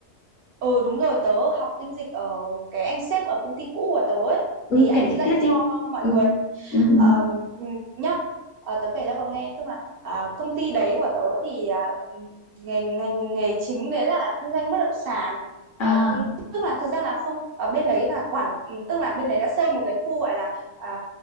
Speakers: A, on the right; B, on the left.
A: Ừ đúng rồi tớ học kinh dịch ở cái anh sếp ở công ty cũ của tớ ấy
B: Ừ
A: thì anh
B: kể
A: ấy
B: chi
A: dạy
B: tiết
A: cho
B: đi
A: mọi
B: Ừ
A: người
B: Ừ
A: Ờm,
B: ừ.
A: ừ, nhá Ờ, tớ kể cho cậu nghe tức là à, công ty đấy của tớ thì à, ừ, nghề ngành nghề chính đấy là kinh doanh bất động sản
B: À
A: À, ừ, tức là thực ra là không ở bên đấy là quản ừ, tức là bên đấy đã xây một cái khu gọi là à,